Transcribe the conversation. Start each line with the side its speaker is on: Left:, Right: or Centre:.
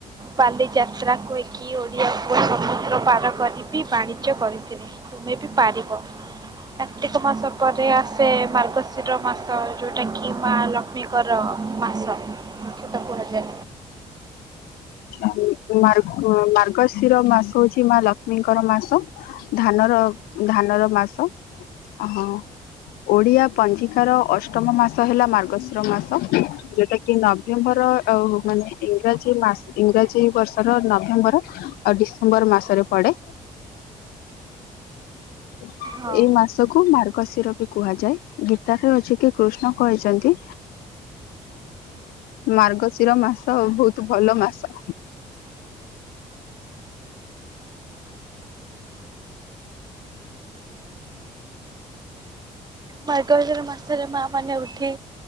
Right: ବାଲି ଯାତ୍ରାକୁ କୁଏକି ଓଡିଆ ପୁଅ ସମୁଦ୍ର ପାର କରି। ବି ବାଣିଜ୍ୟ କରିଥିଲେ ତୁମେ ବି ପାରିବ। କାର୍ତ୍ତିକ ମାସ ପରେ ଆସେ ମାର୍ଗଶିର ମାସ ଯୋଉଟା କିି ମା ଲ କ୍ଷ୍ମୀ ଙ୍କର ମାସ ମୁଖ୍ୟତଃ କୁହାଯାଏ।
Left: ଆଛା ମାର୍ଗ ମାର୍ଗଶିର ମାସ ହୋଉଚି ମା ଲକ୍ଷ୍ମୀଙ୍କର ମାସ। ଧାନର ଧାନର ମାସ ହଁ। ଓଡ଼ିଆ ପଞ୍ଜିକାର ଅଷ୍ଟମ ମାସ ହେଲା ମାର୍ଗଶିର ମାସ। ଯୋଉଟା କି ନଭେମ୍ବର ଆଉ ମାନେ ଇଂରାଜୀ ମାସ୍। ଇଂରାଜୀ ବର୍ଷର ନଭେମ୍ବର ଆଉ ଡିସେମ୍ବର୍ ମାସରେ ପଡେ। <inaudible>
Right: ହଁ
Left: ଏଇ ମାସକୁ ମାର୍ଗଶିର ବି କୁହାଯାଏ ଗୀତାସେ ଅଛି କି କୃଷ୍ଣ କହିଛନ୍ତି। ମାର୍ଗଶିର ମାସ ବହୁତୁ ଭଲ ମାସ।
Right: ମାର୍ଗଶୀର ମାସରେ ମା ମାନେ ଉଠି